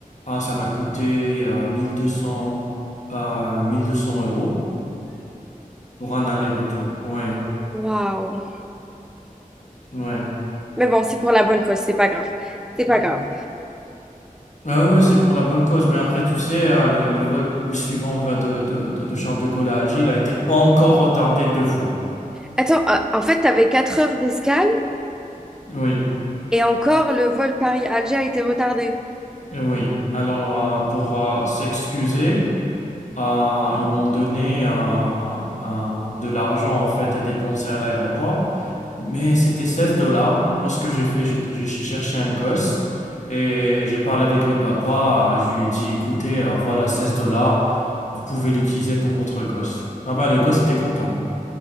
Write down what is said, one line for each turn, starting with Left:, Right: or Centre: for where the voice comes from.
Left: Ah, ça m'a coûté euh, 1200, euh, 1200 euros pour un aller-retour, oui,
Centre: Waouh.
Left: oui.
Centre: Mais bon, c'est pour la bonne cause, c'est pas grave. C'est pas grave.
Left: Ah oui, c'est pour la bonne cause. Mais après, tu sais, euh, le, le vol suivant va de, de, de- de Charles de Gaulle à Alger, il a été encore retardé deux fois.
Centre: Attends, euh, en fait, t'avais 4 heures d'escale
Left: Oui,
Centre: et encore le vol Paris-Alger a été retardé.
Left: oui. Alors, euh, pour euh, s'excuser, euh, ils m'ont donné un- un- de l'argent, en fait, à dépenser à l'aéroport. Mais c'était 16 dollars. Moi, ce que j'ai fait, j'ai j'ai cherché un gosse et j'ai parlé avec le papa. Je lui ai dit, écoutez, euh, voilà 16 dollars, vous pouvez l'utiliser pour votre gosse. Ah ben, le gosse était content.